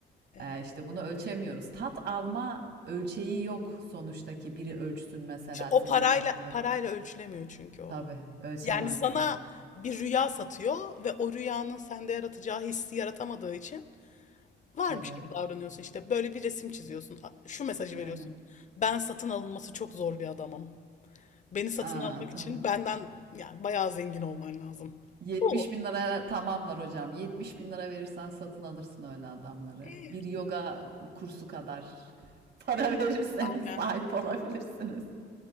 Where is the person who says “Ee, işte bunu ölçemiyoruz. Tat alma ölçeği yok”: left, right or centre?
Right